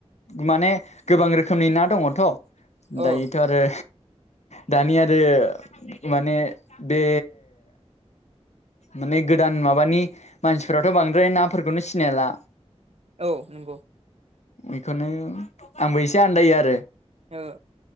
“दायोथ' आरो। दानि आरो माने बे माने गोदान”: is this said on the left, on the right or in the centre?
Left